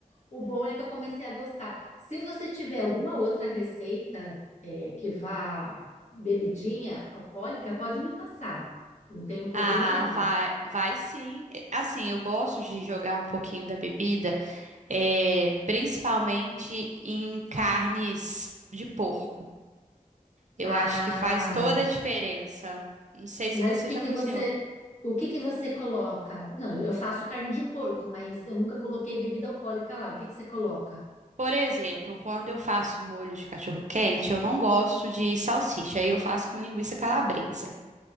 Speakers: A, on the left; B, on the right.
A: O bom é que eu comecei a gostar. Se você tiver alguma outra receita, é, que vá bebidinha alcoólica, pode me passar. Não tenho problema
B: Ah,
A: nenhum.
B: vai, vai sim. E, Assim, eu gosto de jogar um pouquinho da bebida, é, principalmente em carnes de porco. Eu
A: Ah,
B: acho que faz toda a diferença. Não sei
A: Mas
B: se você
A: o que
B: já
A: que
B: cozinhou.
A: você, o que que você coloca? Não, eu faço carne de porco, mas eu nunca coloquei bebida alcoólica lá. O que que você coloca?
B: Por exemplo, quando eu faço molho de cachorro-quente, eu não gosto de salsicha, aí eu faço com linguiça calabresa.